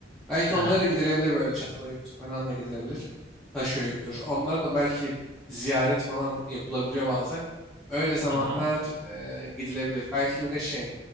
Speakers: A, in the centre; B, on the left.
A: Belki
B: <laughs> Aha,
A: onlara da gidilebilir böyle çatala yüktür falan da gidilebilir. Taşo yüktür. Onlara da belki ziyaret falan yapılabiliyor bazen. Öyle zamanlar
B: aha.
A: e, gidilebilir. Belki bir de şey